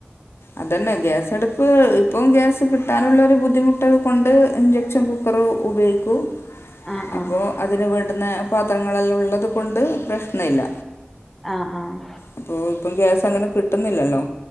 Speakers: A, on the left (about 80°); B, in the centre.
A: അതന്നെ ഗ്യാസ അടുപ്പ് ഇപ്പം ഗ്യാസ് കിട്ടാനുള്ള ഒരു ബുദ്ധിമുട്ട് കൊണ്ട് ഇഞ്ചക്ഷൻ കു കുക്കറും ഉപയോഗിക്കും
B: ആഹ്
A: അപ്പോൾ
B: ആഹ്
A: അതിന് വേണ്ടുന്ന പാത്രങ്ങളെല്ലാം ഉള്ളത് കൊണ്ട് പ്രശ്നം ഇല്ല
B: ആഹ് ആഹ്
A: അപ്പോ ഇപ്പം ഗ്യാസ് അങ്ങനെ കിട്ടുന്നില്ലല്ലോ